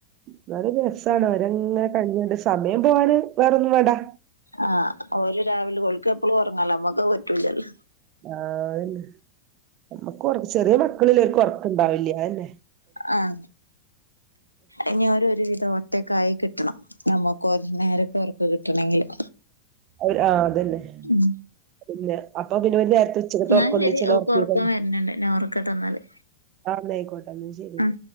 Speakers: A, on the right (about 35°); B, on the left (about 85°).
A: ഇവടെ രസമാണ് അവരങ്ങനെ കഴിഞ്ഞണ്ട് സമയം പോവാാന് വേറൊന്നും വടാ
B: ആഹ ഓര് രാവിലെ ഓളക്ക് എപ്പളും ഉറങ്ങാല നമ്മക്ക് അത് പറ്റൂലല്ലോ
A: ആഹെ നമ്മക്ക് ചെറിയ മക്കളിലർക്ക് ഉറക്കുണ്ടാവില്ല അയെന്നെ
B: ആഹ ഇനി ഓര് ഒരു വിധം ഒറ്റക്കായി കിട്ടണം നമ്മക്ക് ഒരു നേരക്ക ഉറക്ക കിട്ടണെങ്കില്
A: അര് ആഹ അതന്നെ
B: ഉം
A: പിന്നെ അപ്പൊ പിന്നെ ഒര് നേരത്തെ ഉച്ചക്കത്തെ
B: ഇന്നാ
A: ഉർക്കം ഒന്നിച്ച
B: ശരി ഓക്ക്
A: ഒർങ്ങീകയിഞ്
B: ഒറക്കം വര്ന്ണ്ട് ഞാൻ ഒറക്കട്ടെ ഇന്നാല്
A: ആന്നയിക്കോട്ടെ ന്ന ശരി
B: ഉം